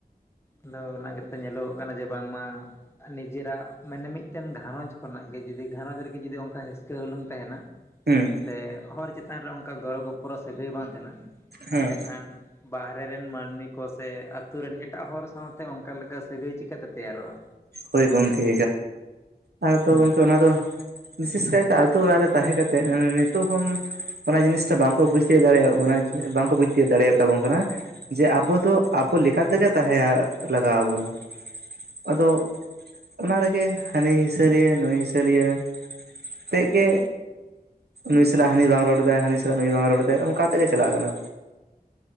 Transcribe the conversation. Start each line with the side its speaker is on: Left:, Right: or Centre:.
Left: ᱟᱫᱚ ᱚᱱᱟ ᱜᱮᱛᱚ ᱧᱮᱞᱚᱜᱚᱜ ᱠᱟᱱᱟ ᱡᱮ ᱵᱟᱝᱢᱟ ᱱᱤᱡᱮᱨᱟᱜ ᱢᱟᱱᱮ ᱢᱤᱫᱴᱮᱱ ᱜᱸᱷᱟᱨᱚᱸᱡᱽ ᱠᱷᱚᱱᱟᱜ ᱜᱮ ᱡᱩᱫᱤ ᱜᱸᱷᱟᱨᱚᱸᱡᱽ ᱨᱮᱜᱮ ᱡᱩᱫᱤ ᱚᱱᱠᱟ ᱦᱤᱸᱥᱠᱟᱹ ᱦᱩᱞᱩᱝ ᱛᱟᱦᱮᱱᱟ
Right: ᱦᱩᱸ
Left: ᱥᱮ ᱦᱚᱲ ᱪᱮᱛᱟᱱ ᱨᱮ ᱚᱱᱠᱟ ᱜᱚᱲᱚ ᱜᱚᱯᱚᱲᱚ ᱥᱟᱹᱜᱟᱹᱭ ᱵᱟᱝ ᱛᱟᱦᱮᱱᱟ
Right: ᱦᱮᱸ
Left: ᱮᱸᱰᱮ ᱠᱷᱟᱱ ᱵᱟᱨᱨᱮ ᱨᱮᱱ ᱢᱟᱹᱱᱢᱤ ᱠᱚ ᱥᱮ ᱟᱛᱩᱨ ᱨᱮᱱ ᱮᱴᱟᱜ ᱦᱚᱲ ᱥᱟᱶᱛᱮ ᱚᱱᱠᱟᱞᱮ ᱞᱮᱠᱟ ᱥᱟᱹᱜᱟᱹᱭ ᱪᱤᱠᱟᱹᱛᱮ ᱛᱮᱭᱟᱨᱚᱜᱼᱟ᱾
Right: ᱦᱳᱭ ᱜᱚᱢᱠᱮ, ᱟᱫᱚ ᱜᱚᱢᱠᱮ ᱚᱱᱟ ᱫᱚ, ᱵᱤᱥᱮᱥ ᱠᱟᱭᱛᱮ ᱟᱛᱳ ᱚᱲᱟᱜ ᱨᱮ ᱛᱟᱦᱮᱸ ᱠᱟᱛᱮ ᱱᱤᱛᱚᱜ ᱦᱚᱸ ᱚᱱᱟ ᱡᱤᱱᱤᱥᱴᱟ ᱵᱟᱝᱠᱚ ᱵᱩᱡ ᱛᱤᱭ ᱫᱟᱲᱮᱭᱟᱜ ᱚᱱᱟ᱾ ᱵᱟᱝᱠᱚ ᱵᱩᱡ ᱛᱤᱭᱟᱹᱜ ᱫᱟᱲᱮᱭᱟ ᱛᱟᱵᱚᱱ ᱠᱟᱱᱟ᱾ ᱡᱮ ᱟᱵᱚ ᱫᱚ ᱟᱵᱚ ᱞᱮᱠᱟ ᱞᱮᱠᱟᱛᱮᱜᱮ ᱛᱟᱦᱮᱸ ᱞᱟᱜᱟᱣ ᱟᱵᱚᱱᱟ ᱾ ᱟᱫᱚ ᱚᱱᱟ ᱨᱮᱜᱮ ᱦᱟᱹᱱᱤ ᱦᱤᱥᱟᱹᱞᱤᱭᱟᱹ ᱱᱩᱭ ᱦᱤᱥᱞᱤᱭᱟᱹ ᱛᱮᱫ ᱜᱮ ᱱᱩᱭ ᱥᱟᱞᱟᱜ ᱦᱟᱹᱱᱤ ᱵᱟᱝ ᱨᱚᱲ ᱮᱟᱭ ᱦᱟᱹᱱᱤ ᱥᱟᱞᱟᱜ ᱱᱩᱭᱭ ᱵᱟᱝ ᱨᱚᱲ ᱮᱫᱟᱭ ᱚᱱᱠᱟ ᱛᱮᱜᱮ ᱪᱟᱞᱟᱜ ᱠᱟᱱᱟ᱾